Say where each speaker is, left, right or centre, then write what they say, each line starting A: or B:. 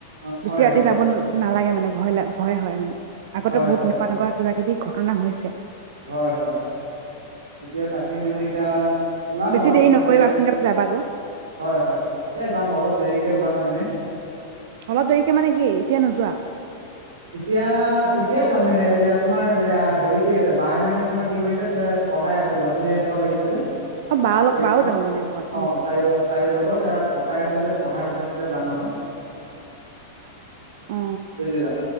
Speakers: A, on the right; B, on the right.
A: অ হয়
B: বেছি ৰাতি
A: হয়
B: যাব নালাগে মানে মানে ভয় লাগ ভয় হয় মানে আগতে
A: হয়
B: বহুত
A: হয়
B: এনেকুৱা এনেকুৱা কিবাকিবি ঘটনা হৈছে
A: হয় হয় এতিয়া তাকে মানে এতিয়া ওলাম
B: বেছি
A: অলপ
B: দেৰি নকৰিবা
A: দে
B: সোনকালে যাবা গ
A: হয় হয় এই যাম অলপ দেৰিকে ওলাম মানে
B: অলপ দেৰিকে মানে কি এতিয়া নোযোৱা
A: এতিয়া এতিয়াই যাম মানে এতিয়া তোমাৰ এ হেৰি কৰি আছে বাই মানে তোমাৰ কি কৰিছে পঢ়াই আছে ল'ৰা ছোৱালী অলপ আহিছে যে
B: অ বা
A: পৰীক্ষা
B: বাও যাব মানে লগত
A: অ তাইও তাইও যাব এয়া পঢ়াই আছে যে পঢ়াই তেতিয়া যাম আৰু
B: অ
A: বুজিলা